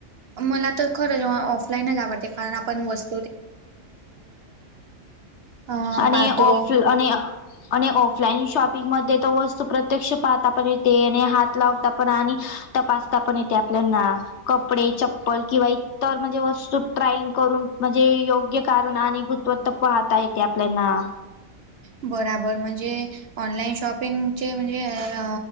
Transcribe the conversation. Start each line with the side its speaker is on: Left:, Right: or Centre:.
Right: मला तर ख जेव्हा ऑफलाईनच आवडते कारण आपण वस् अ
Left: आणि
Right: पाहतो
Left: ऑफ आणि आणि ऑफलाईन शॉपिंग मध्ये त वस्तू प्रत्यक्ष पाहता पण येते आणि हात लावता पण आणि तपासता पण येते आपल्याना कपडे चप्पल किंवा इतर म्हणजे वस्तू ट्राईन करून म्हणजे योग्य कारण आणि गुत्वत्ता पाहता येते आपल्याना
Right: बराबर म्हणजे ऑनलाईन शॉपिंगचे म्हणजे अ